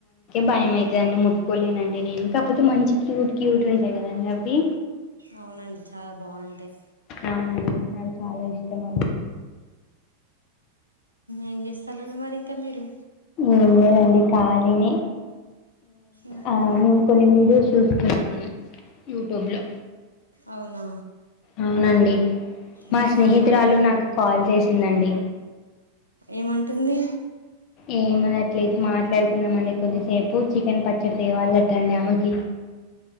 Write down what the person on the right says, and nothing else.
అవునండి చాల బాగుంటాయ్
ఏం చేస్తాలండి మరి ఇంక మీరు
ఉహు
అవునా
నేను
కూడా చూడలి
ఏమంటుంది